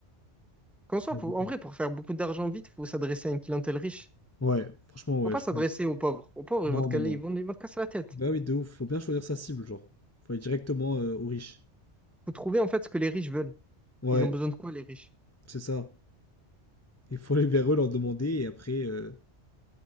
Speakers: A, in the centre; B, on the left (about 20°).
A: Qu'en soit,
B: Il
A: faut-
B: y a beaucoup.
A: en vrai, pour faire beaucoup d'argent vite, faut s'adresser à une clientèle riche.
B: Ouais, franchement, ouais,
A: Faut pas
B: je
A: s'adresser
B: pense.
A: aux pauvres. Aux pauvres,
B: Non,
A: ils vont te caler,
B: non, non.
A: ils vont, ils vont te casser la tête.
B: Bah oui, de ouf, faut bien choisir sa cible, genre. Faut aller directement euh, aux riches.
A: Faut trouver, en fait, ce que les riches veulent.
B: Ouais,
A: Ils ont besoin de quoi, les riches?
B: c'est ça. Il faut aller vers eux, leur demander et après euh,